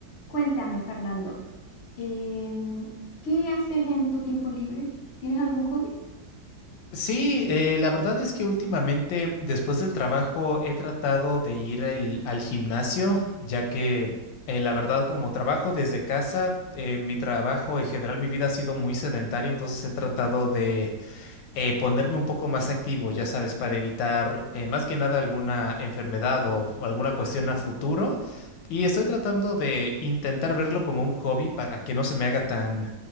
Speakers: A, on the left; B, on the left.
A: Cuéntame, Fernando, em, ¿qué haces en tu tiempo libre? ¿Tienes algún hobby?
B: Sí, eh, la verdad es que últimamente después del trabajo he tratado de ir el- al gimnasio, ya que eh, la verdad como trabajo desde casa, eh, mi trabajo en general, mi vida ha sido muy sedentaria, entonces he tratado de eh, ponerme un poco más activo, ya sabes, para evitar eh, más que nada alguna enfermedad o, o alguna cuestión a futuro. Y estoy tratando de intentar verlo como un hobby para que no se me haga tan,